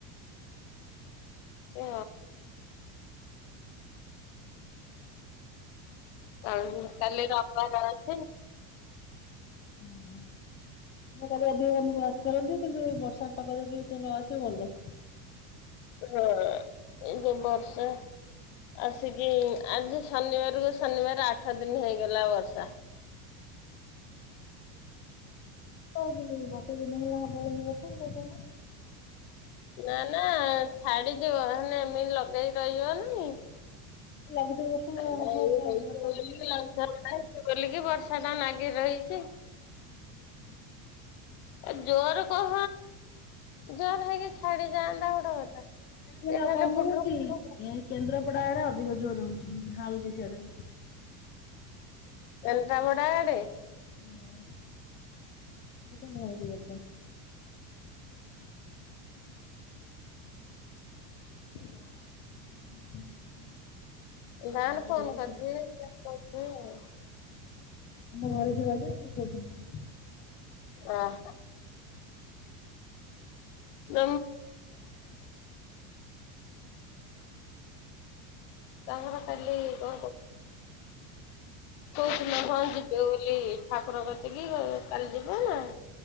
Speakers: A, on the left; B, on the left.
A: ଓ କ କାଲି ରବିବାର ଅଛି।
B: ହୁଁ। କରି ଅଧିକ ବଦ୍ଧୁ ଆସି କରନ୍ତି କିନ୍ତୁ ବର୍ଷା ପାଗ ଯଦି କେ ନ ଆସିବ ଭଲ।
A: ହୁଁ ଏଇ ଯୋଉ ବର୍ଷା ଆସିକି ଆଜି ଶନିବାରକୁ ଶନିବାର ଆଠ ଦିନ ହେଇଗଲା ବର୍ଷା।
B: କ ବର୍ଷେ ଦିନ ଭଳିଆ ହବ ବସୁ ତୁ
A: ନା ନା ଛାଡିଯିବ ହେନେ ଏମିତି ଲଗେଇ ରହିବ ନାଇଁ।
B: ଲଘୁଚାପ ବର୍ଷା
A: ଏ ଏଇ
B: ହବ
A: ହେଇ ବ
B: ଚାରି ଦିନ
A: ଲଘୁଚାପ
B: ଆଉ।
A: ଟା ହେଇ ବୋଲିକି ବର୍ଷା ଟା ନାଗି ରହିଛି।
B: ହୁଁ।
A: ଏ ଜୋର କହ ଜୋର ହେଇକି ଛାଡି ଯାଆନ୍ତା ଗୋଟେ କଥା।
B: ଉ
A: ସେ
B: କମ
A: ଖାଲି
B: କମ
A: ପୁଟୁରୁ
B: ହଉଛି
A: ପୁଟୁରୁ
B: ଏ କେନ୍ଦ୍ରାପଡ଼ା ଆଡେ ଅଧିକ ଜୋର ହଉଛି ଝାଳୁଛି ସିଆଡେ।
A: କେନ୍ଦ୍ରାପଡ଼ା ଆଡେ?
B: ହଁ ମୁଁ ଗୋଟେ ହଳଦି ଗଛ।
A: <inaudible>
B: <unintelligible>
A: ଧାନ
B: ଘରେ ଯିଏ
A: ଫୋନ
B: ରହିଛନ୍ତି
A: କରିଛି <unintelligible>
B: ମୋ ଘରେ ଯିଏ ରହିିବ ମୁଁ କହୁଥିଲି।
A: ଓ ହୋ। <unintelligible> ତାଙ୍କର କାଲି କ
B: <inaudible>
A: କହୁଥିଲ ହଁ ଯିବେ ବୋଲି ଠାକୁର କତିକି ଗ କାଲି ଯିବେ ନା?